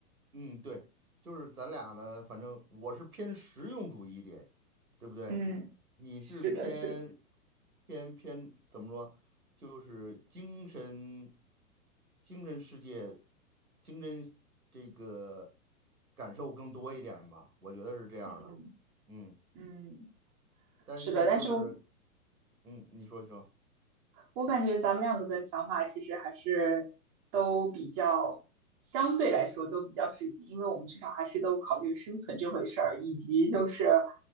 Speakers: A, on the right; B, on the right.
A: 嗯，对，就是咱俩呢，反正我是偏实用主义一点，对不对？
B: 嗯，
A: 你是偏
B: 是的，是的，
A: 偏偏怎么说？就是精神精神世界，精神这个感受更多一点吧，我觉得是这样的。
B: 嗯
A: 嗯，
B: 嗯，
A: 但是就是
B: 是的。但是
A: 嗯，你说你说。
B: 我感觉咱们两个的想法其实还是都比较，相对来说都比较实际，因为我们至少还是都考虑生存这回事儿，以及就是，